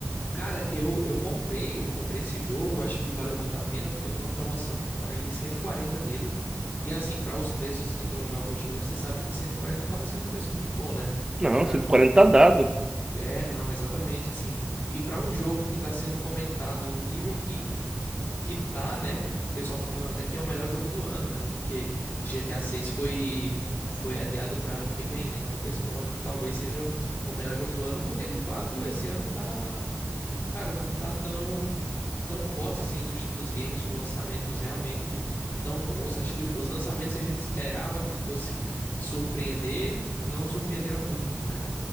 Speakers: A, on the left; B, on the right.
A: Cara, eu, eu comprei, comprei esse jogo, acho que valeu muito a pena. Eu peguei uma promoção, paguei 140 nele. E assim, para os preços que estão os jogos de hoje, você sabe que 140 acaba sendo um preço muito bom, né?
B: Não,
A: Pra,
B: cento e quarenta tá dado.
A: É, não, exatamente, assim. E pra um jogo que tá sendo comentado no nível que, que, que tá, né? O pessoal tá falando até que é o melhor jogo do ano, né? Porque GTA 6 foi foi adiado pra ano que vem, né? Então o pessoal tá falando que talvez seja o o melhor jogo do ano, porque de fato esse ano tá Cara, não tá tão tão forte assim a indústria dos games com lançamentos realmente tão bons. Acho que os lançamentos que a gente esperava que fosse surpreender, não surpreenderam muito, né?